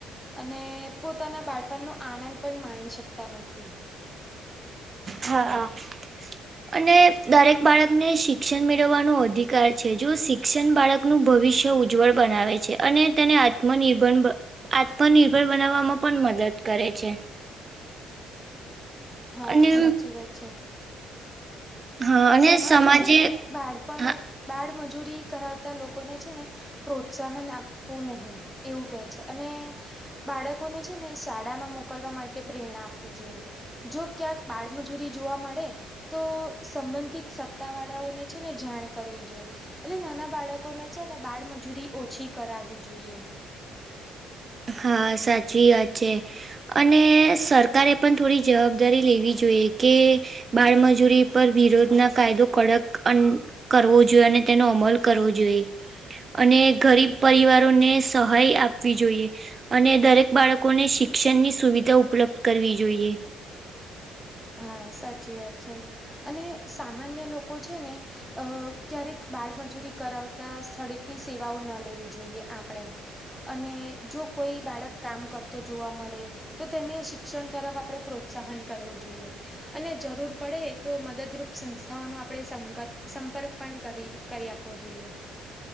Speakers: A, in the centre; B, on the right.
A: અને પોતાના બાળપણનો આનંદ પણ માણી શકતા નથી.
B: હા આ અને દરેક બાળકને શિક્ષન મેળવવાનો અધિકાર છે જો શિક્ષન બાળક કનું ભવિષ્ય ઉજ્જવળ બનાવે છે અને તેને આત્મનિર્ભર બ આત્મનિર્ભર બનાવવામાં પન મદદ કરે છે.
A: હા
B: અને
A: સાચી વાત છે.
B: હા અને
A: સમાજ
B: સમાજે
A: છે ને બાળપણ
B: હા
A: બાળમજૂરી કરાવતા લોકોને છે ને પ્રોત્સાહન આપવું નહીં એવું કે છે અને બાળકોને છે ને શાળામાં મોકલવા માટે પ્રેરણા આપવી જોઈએ. જો ક્યાંક બાળમજૂરી જોવા મળે તો સંબંધિત સત્તા વાળાઓને છે ને જાણ કરવી જોઈએ. એટલે નાના બાળકોને છે ને બાળમજૂરી ઓછી કરાવવી જોઈએ.
B: હા સાચી વાત છે. અને સરકારે પણ થોડી જવાબદારી લેવી જોઈએ કે બાળમજૂરી પર વિરોધના કાયદો કડક કરવો જોઈએ અને તેનો અમલ કરવો જોઈએ. અને ગરીબ પરિવારોને સહાય આપવી જોઈએ. અને દરેક બાળકોને શિક્ષણની સુવિધા ઉપલબ્ધ કરવી જોઈએ.
A: હા સાચી વાત છે અને સામાન્ય લોકો છે ને અ ક્યારેક બાળમજૂરી કરાવતા સ્થળેથી સેવાઓ ન લેવી જોઈએ આપણે અને જો કોઈ બાળક કામ કરતો જોવા મળે તો તેને શિક્ષણ તરફ આપણે પ્રોત્સાહન કરવું જોઈએ. અને જરૂર પડે તો મદદરૂપ સંસ્થાઓનો આપણે સંક સંપર્ક પણ કરી કરી આપવો જોઈએ.